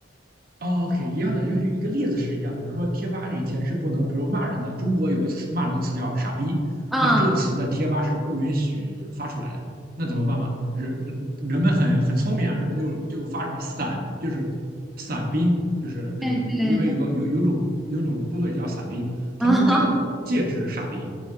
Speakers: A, on the right; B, in the centre.
A: 哦，OK，一样的，就是一个例子是一样的。比如说，贴吧以前是不能，比如骂人的，中国有个词骂人的词叫“傻逼”，
B: 啊，
A: 但是这个词在贴吧是不允许发出来的。那怎么办嘛？人人们很很聪明啊，人们就就发什么伞，就是伞兵，就是那个，
B: 对对对
A: 因为有个有有种有种部队叫伞兵，
B: 啊，
A: 他们用这个戒指“傻逼”。